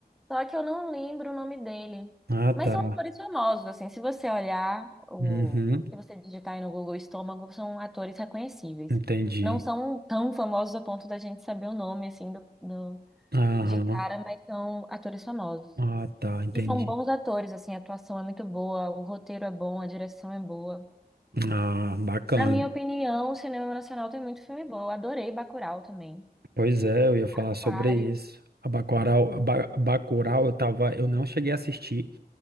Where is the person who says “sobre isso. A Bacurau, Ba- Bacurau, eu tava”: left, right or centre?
Right